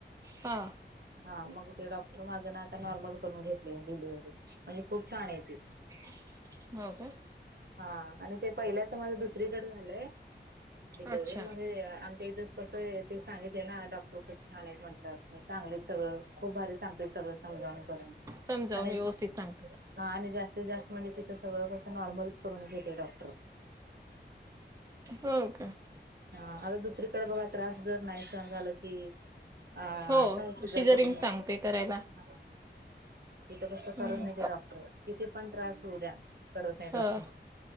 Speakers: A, on the right; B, on the right.
A: हा.
B: हा मग ते डॉक्टर माझं ना आता नॉर्मल करून घेतले डिलिव्हरी म्हणजे खूप छान आहे ती.
A: हो का?
B: हा आणि ते पहिल्याच माझं दुसरीकडे झालंय डिलिव्हरी
A: अच्छा
B: मग आमच्या इथं. कसं आहे ते सांगितले ना डॉक्टर खूप छान म्हटल चांगलेच सगळं खूप भारी सांगता त ते सगळं समजावून करून.
A: समजावून
B: आणि
A: व्यवस्थित सांगतात..
B: हा आणि जास्तीत जास्त म्हणजे तिथं सगळ कसं नॉर्मलच. करून घेते डॉक्टर.
A: हो का
B: हा आता दुसरीकडे बघा त्रास जर नाही सहन झाल की हा
A: हो
B: काही सीजर
A: सिजरिंग
B: करून घेत
A: सांगते करायला.
B: हा तिथं कस
A: हम्म
B: करत नाही ते डॉक्टर किती पण त्रास होऊ द्या करत नाही डॉक्टर.
A: ह